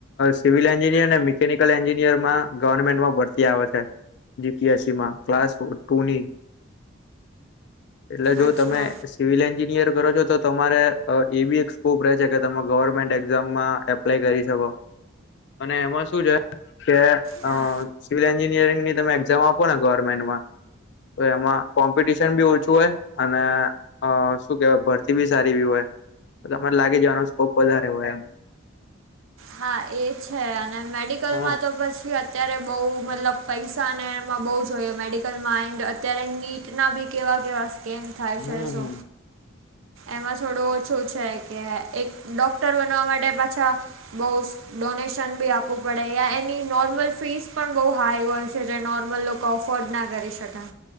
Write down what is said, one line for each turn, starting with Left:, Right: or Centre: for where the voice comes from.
Left: સિવિલ એન્જિનિયર અને મિકેનિકલ એન્જિનિયરમાં ગવર્મેન્ટમાં ભરતી આવે છે. જીપીએસસીમાં ક્લાસ ટુની એટલે જો
Right: અચ્છા
Left: તમે સિવિલ એન્જિનિયર કરો છો તો તમારે એવી એક સ્કોપ રહે છે કે તમે ગવર્મેન્ટ એક્ઝામમાં અપ્લાય કરી શકો અને એમાં શું છે કે અ
Right: હા.
Left: સિવિલ એન્જિનિયરિંગ ની તમે એક્ઝામ આપોને ગવર્મેન્ટમાં તો એમાં કોમ્પિટશન બી ઓછું હોય અને અ શું કેવાય ભરતી બી સારી બી હોય તમારે લાગી જવાનો સ્કોપ વધારે હોય એમ.
Right: હા એ છે અને મેડિકલમાં
Left: હમ
Right: તો પછી અત્યારે બહુ મતલબ પૈસાને એમાં બહુ જોઈએ મેડિકલમાં આઇન્ડ અત્યારે નીટ કેટના બી કેવા કેવા સ્કેમ થાય
Left: હમ
Right: છે
Left: હમ
Right: શો
Left: હમ
Right: એમાં થોડું ઓછું છે કે એક ડોક્ટર બનવા માટે પાછા બહ ડોનેશન બી આપવું પડે એની નોર્મલ ફીસ પણ બહુ હાઈ હોય છે જે નોર્મલ લોકો કો અફોર્ડ ના કરી શકે